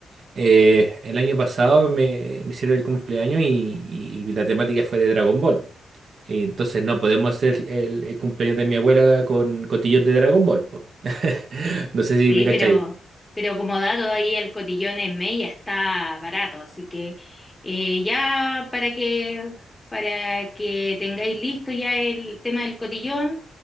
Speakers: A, on the right; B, on the left.
A: eh, el año pasado me, me hicieron el cumpleaños y, y- y la temática fue de Dragon Ball. Y entonces no podemos hacer el, el cumpleaños de mi abuela con cotillón de Dragon Ball, po. <laughs> No sé si
B: Sí,
A: me cachai.
B: pero, pero como dado ahí el cotillón en Mella está barato, así que eh, ya para que para que tengáis listo ya el tema del cotillón,